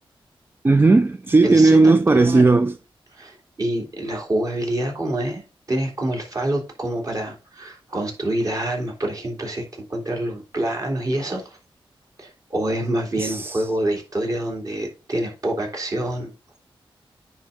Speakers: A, on the right; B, on the right.
A: Ujú, Sí,
B: El
A: tiene
B: setup
A: unos
B: por
A: parecidos.
B: lo menos. Y la jugabilidad, como es? Tienes como el Fallout como para construir armas, por ejemplo, si es que encuentras los planos y eso. ¿O es más bien
A: Sí,
B: un juego de historia donde tienes poca acción?